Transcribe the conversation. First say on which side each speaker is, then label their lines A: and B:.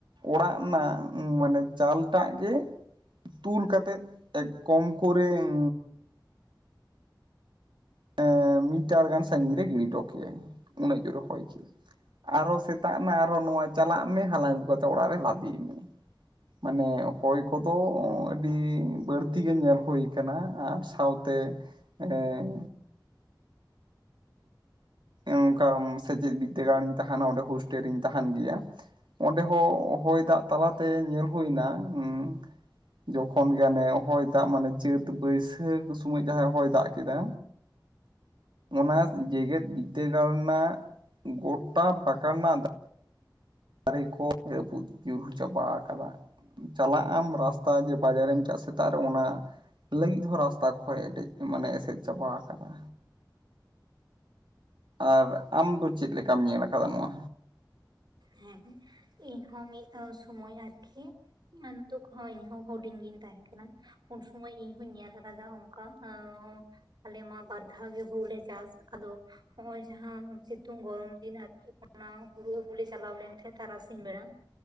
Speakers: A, on the right; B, on the right.
A: ᱚᱲᱟᱜ ᱨᱮᱱᱟᱜ ᱢᱟᱱᱮ ᱪᱟᱞᱴᱟᱜ ᱜᱮ᱾ ᱛᱩᱞ ᱠᱟᱛᱮᱫ ᱮᱠ ᱠᱚᱢ ᱠᱚᱨᱮ ᱩᱸᱻᱻ ᱮᱫ ᱢᱤᱫ ᱡᱟᱨ ᱜᱟᱱ ᱥᱟᱜᱤᱧ ᱨᱮ ᱜᱤᱲᱤ ᱡᱚᱴᱚ ᱠᱮ ᱩᱱᱟᱜ ᱡᱳᱲ ᱚᱠᱚᱭ᱾ ᱟᱨᱚ ᱥᱮᱛᱟᱜ ᱮᱱᱟ ᱟᱨᱚ ᱱᱚᱣᱟ ᱪᱟᱞᱟᱜ ᱢᱮ ᱦᱟᱞᱟᱝ ᱟᱹᱜᱩ ᱠᱟᱛᱮ ᱚᱲᱟᱜ ᱨᱮ ᱞᱟᱫᱮ ᱢᱮᱸ᱾ ᱢᱟᱱᱮ ᱦᱚᱭ ᱠᱚᱫᱚ ᱟᱹᱰᱤ ᱵᱟᱹᱲᱛᱤ ᱜᱮ ᱧᱮᱞ ᱦᱩᱭ ᱠᱟᱱᱟ ᱟᱨ ᱥᱟᱶᱛᱮ ᱮᱸᱻ ᱤ ᱚᱱᱠᱟ ᱥᱮᱪᱮᱫ ᱵᱤᱫᱽᱫᱟᱹᱜᱟᱲ ᱨᱤᱧ ᱛᱟᱦᱮᱱᱟ ᱚᱸᱰᱮ ᱦᱳᱥᱴᱮᱞ ᱨᱤᱧ ᱛᱟᱦᱮᱱ ᱜᱮᱭᱟ᱾ ᱚᱸᱰᱮ ᱦᱚᱸ ᱦᱚᱭ ᱫᱟᱜ ᱛᱟᱞᱟ ᱛᱮ ᱧᱮᱞ ᱦᱩᱭᱱᱟ ᱩᱸᱻ ᱡᱚᱠᱷᱚᱱ ᱜᱮ ᱟᱱᱮ ᱦᱚᱭ ᱫᱟᱜ ᱢᱟᱱᱮ ᱪᱟᱹᱛ ᱵᱟᱹᱭᱥᱟᱹᱠᱷ ᱥᱩᱢᱚᱭ ᱡᱟᱦᱟᱸᱭ ᱦᱚᱭ ᱫᱟᱜ ᱠᱮᱫᱟ᱾ ᱚᱱᱟ ᱡᱮᱜᱮᱫ ᱵᱤᱫᱽᱫᱟᱹ ᱛᱮ ᱜᱟᱲ ᱨᱮᱱᱟᱜ ᱜᱚᱴᱟ ᱯᱟᱠᱟ ᱨᱮᱱᱟᱜ ᱫᱟᱜ ᱫᱟᱨᱮ ᱠᱚ ᱨᱟᱹᱯᱩᱫ ᱧᱩᱨᱦᱩ ᱪᱟᱵᱟ ᱠᱟᱫᱟ ᱪᱟᱞᱟᱜ ᱟᱢ ᱨᱟᱥᱛᱟ ᱡᱮ ᱵᱟᱡᱟᱨᱮᱢ ᱪᱟᱜ ᱥᱮᱛᱟᱜ ᱨᱮ ᱚᱱᱟ ᱞᱟᱹᱜᱤᱫ ᱦᱚᱸ ᱨᱟᱥᱛᱟ ᱠᱷᱚᱡ ᱮᱴᱮᱫ ᱢᱟᱱᱮ ᱮᱥᱮᱫ ᱪᱟᱵᱟ ᱟᱠᱟᱫᱟ ᱟᱨ ᱟᱢ ᱫᱚ ᱪᱮᱫ ᱞᱮᱠᱟᱢ ᱧᱮᱞ ᱠᱟᱫᱟ ᱱᱚᱣᱟ᱾
B: ᱦᱮᱸ ᱤᱧᱦᱚᱸ ᱢᱤᱫ ᱥᱳᱢᱚᱭ ᱟᱨᱠᱤ᱾ ᱟᱨ ᱱᱤᱛᱳᱜ ᱠᱚ ᱦᱚᱸ ᱤᱧ ᱦᱚ ᱦᱩᱰᱤᱧ ᱜᱤᱧ ᱛᱟᱦᱮᱸ ᱠᱟᱱᱟ᱾ ᱩᱱ ᱥᱚᱢᱚᱭ ᱤᱧᱦᱚᱧ ᱧᱮᱞ ᱟᱠᱟᱫᱟ ᱚᱝᱠᱟ ᱮᱸᱻ ᱟᱞᱮ ᱢᱟ ᱵᱟᱨ ᱫᱷᱟᱣ ᱜᱮ ᱦᱩᱲᱩ ᱞᱮ ᱪᱟᱥ ᱟᱫᱚ᱾ ᱦᱚᱸᱜ-ᱚᱭ ᱡᱟᱦᱟᱸ ᱥᱤᱛᱩᱝ ᱜᱚᱨᱚᱢ ᱫᱤᱱ ᱟᱨᱠᱤ ᱚᱱᱟ ᱫᱩᱨᱜᱟᱹᱯᱩᱨ ᱤᱧ ᱪᱟᱞᱟᱣ ᱞᱮᱱ ᱠᱷᱟᱡ ᱛᱟᱨᱟᱥᱤᱧ ᱵᱮᱲᱟ